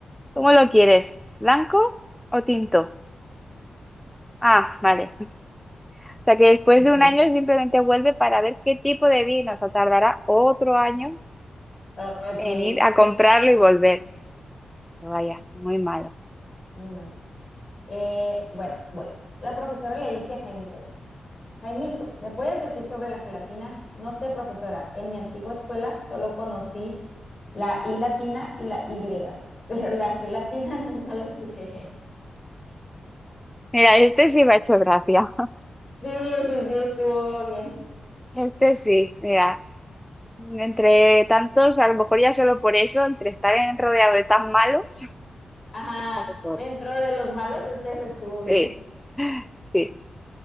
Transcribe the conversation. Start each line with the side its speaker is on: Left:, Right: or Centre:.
Centre: ¿cómo lo quieres? ¿Blanco o tinto? Ah, vale. O sea que después
Left: ok,
Centre: de un año simplemente vuelve para ver qué tipo de vino, o sea, tardará otro año
Left: Ah, ok,
Centre: en ir a
Left: sí,
Centre: comprarlo
Left: ya,
Centre: y volver. Vaya, muy malo.
Left: muy malo. Eh, bueno, voy. La profesora le dice a Jaimito, Jaimito, ¿me puedes decir sobre la gelatina? No sé, profesora. En mi antigua escuela solo conocí la I latina y la Y, pero la gelatina <laughs> nunca la escuché.
Centre: Mira, este sí me ha hecho gracia.
Left: Sí, sí, sí, estuvo bien.
Centre: Este sí, mira, entre tantos, a lo mejor ya solo por eso, entre estar en- rodeado de tan malos, <laughs>
Left: Ajá,
Centre: suena mejor.
Left: dentro de los malos, este estuvo
Centre: Sí,
Left: bien.
Centre: sí.